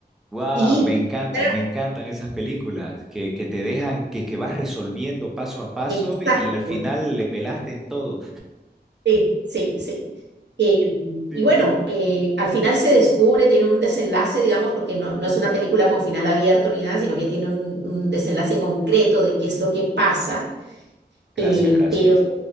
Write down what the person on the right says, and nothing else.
Y
era-
exacto,
sí, sí, sí. Eh,
y bueno,
eh, al final se descubre, tiene un desenlace, digamos, porque no, no es una película con final abierto ni nada, sino que tiene un, un desenlace concreto de qué es lo que pasa,
eh,
pero